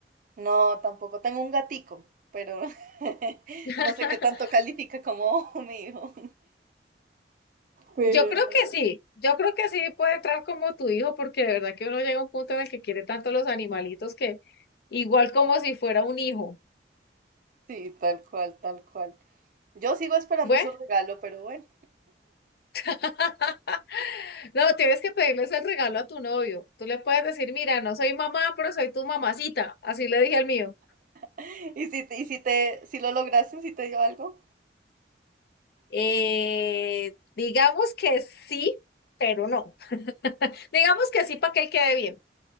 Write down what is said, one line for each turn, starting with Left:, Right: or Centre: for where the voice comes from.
Right: No, tampoco. Tengo un gatico, pero <laughs>
Left: <laughs>
Right: no sé qué tanto califica como <laughs> mi hijo. Pero
Left: Yo creo
Right: no.
Left: que sí, yo creo que sí puede entrar como tu hijo, porque de verdad que uno llega a un punto en el que quiere tanto los animalitos que igual como si fuera un hijo.
Right: Sí, tal cual, tal cual. Yo sigo esperando
Left: Bueno,
Right: su regalo, pero bueno.
Left: <laughs> no, tienes que pedirles el regalo a tu novio. Tú le puedes decir, mira, no soy mamá, pero soy tu mamacita. Así le dije al mío.
Right: <laughs> ¿Y si te, y si te, si lo lograste, si te dio algo?
Left: Eh, digamos que sí, pero no. <laughs> Digamos que sí para que él quede bien.